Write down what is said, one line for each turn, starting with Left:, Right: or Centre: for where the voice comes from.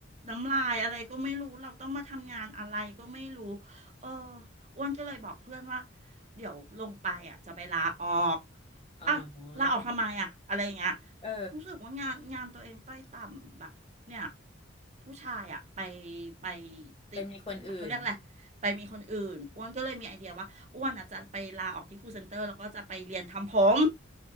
Right: น้ำลายอะไรก็ไม่รู้เราต้องมาทำงานอะไรก็ไม่รู้เอออ้วนก็เลยบอกเพื่อนว่าเดี๋ยวลงไปอ่ะจะไปลาออก
Left: อ๋อ
Right: อ่ะลาออกทำไมอ่ะอะไรอย่างเงี้ย
Left: เออ
Right: รู้สึกว่างานงานตัวเองต้อยต่ำแบบเนี่ยผู้ชายอ่ะไปไปติด
Left: เป็นมีคนอื่น
Right: เขาเรียกอะไรไปมีคนอื่นอ้วนก็เลยมีไอเดียว่า อ้วนอ่ะจะไปลาออกที่ครูเซ็นเตอร์แล้วก็จะไปเรียนทำผม